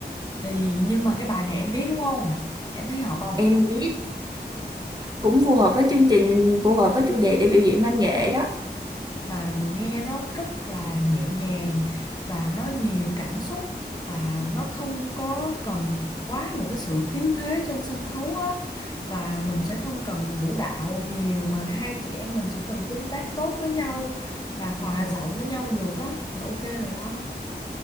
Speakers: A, on the left; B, on the right.
A: thì nhưng mà cái bài này em biết đúng không em thấy hợp không
B: em biết cũng phù hợp với chương trình phù hợp với chủ đề để biểu diễn văn nghệ đó
A: mà nghe nó rất là nhẹ nhàng và nó nhiều cảm xúc và nó không có cần quá một cái sự khí thế trên sân khấu á và mình sẽ không cần vũ đạo nhiều mà hai chị em mình chỉ cần tương tác tốt với nhau và hòa giọng với nhau được á là ok rồi đó